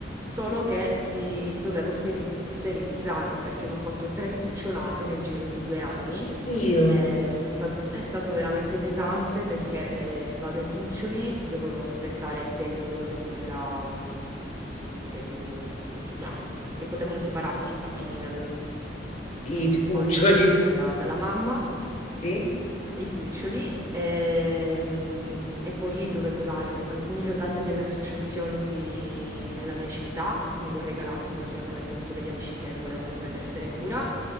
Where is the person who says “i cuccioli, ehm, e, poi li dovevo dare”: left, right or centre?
Right